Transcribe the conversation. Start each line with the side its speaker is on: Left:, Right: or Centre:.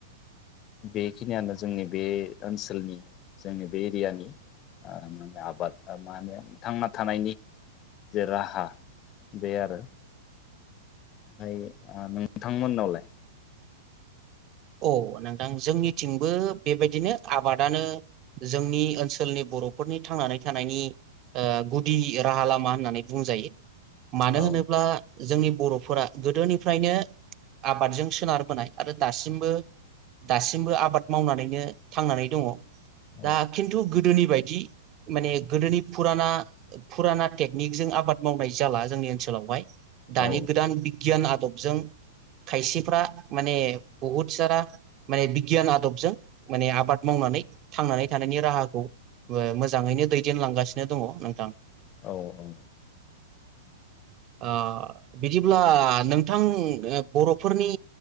Left: बेखिनियानो जोंनि बे ओनसोलनि जोंनि बे एरियानि ओम म आबाद मा होनो थांना थानायनि जे राहा बे आरो ओमफ्राय ओ नोंथांमोननावलाय
Right: औ नोंथां जोंनिथिंबो बेबायदिनो आबादानो जोंनि ओनसोलनि बरफोरनि थांनानै थानायनि ओ गुदि राहा लामा होननानै बुंजायो मानो
Left: औ
Right: होनोब्ला जोंनि बरफोरा गोदोनिफ्रायनो आबादजों सोनारबोनाय आरो दासिम दासिमबो आबाद मावनानैनो थांनानै दङ
Left: औ
Right: दा खिन्थु गोदोनि बायदि माने गोदोनि फुराना फुराना टेकनिक जों आबाद मावनाय जाला जोंनि ओनसोलावहाय दानि
Left: औ
Right: गोदान बिगियान आदब जों खायसेफ्रा माने बहुत सारा माने बिगियान आदबजों माने आबाद मावनानै थांनानै थानायनि राहाखौ ओ मोजाङैनो दैदेनलांगासिनो दङ नोंथां
Left: औ औ
Right: ओ बिदि अब्ला नोंथां बरफोरनि